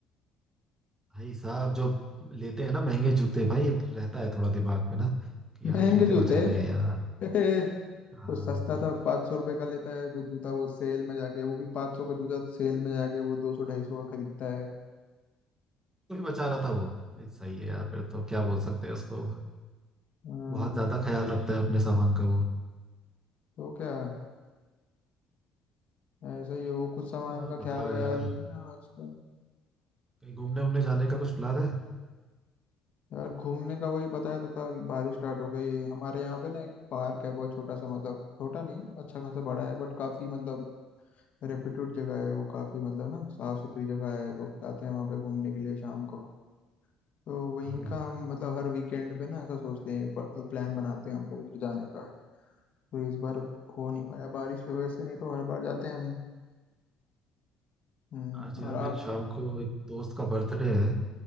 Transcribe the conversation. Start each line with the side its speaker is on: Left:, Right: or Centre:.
Right: भाई साहब जो लेते हैं ना महंगे जूते भाई रहता है थोड़ा दिमाग पे ना कि
Left: महंगे
Right: यार जूते
Left: जूते
Right: बचाने हैं यार
Left: <laughs>
Right: हाँ।
Left: वो सस्ता
Right: <laughs>
Left: सा पाँच सौ रुपये का लेता है कुछ जूता वो सेल में जाके वो भी पाँच सौ का जूता सेल में जाके वो दो सौ ढाई सौ का खरीदता है
Right: कुछ बचा रहा था वो ये सही है यार फिर तो क्या बोल सकते हैं उसको
Left: हाँ,
Right: बहुत ज्यादा ख्याल रखता है अपने सामान का वो
Left: तो क्या ऐसा ही है वो कुछ सामान
Right: और
Left: का
Right: बताओ
Left: ख्याल व्याल
Right: यार
Left: नहीं है उसका
Right: कहीं घूमने उमने जाने का कुछ प्लान है
Left: यार घूमने का वही बताया तो था कि बारिश स्टार्ट हो गई है हमारे यहाँ पे ना एक पार्क है बहुत छोटा सा मतलब छोटा नहीं अच्छा खासा बड़ा है बट काफी मतलब रेप्यूटेड जगह है वो काफी मतलब ना साफ सुथरी जगह है लोग जाते हैं वहाँ पे घूमने के लिए शाम को तो वहीं
Right: हाँ,
Left: का हम मतलब हर वीकेंड पे ना ऐसा सोचते हैं ब- प्लान बनाते हैं हम लोग उधर जाने का तो इस बार हो नहीं पाया बारिश की वजह से नहीं तो हर बार जाते हैं हम हम्म
Right: आज यार
Left: और आप
Right: मेरे शाम को एक दोस्त का बर्थडे है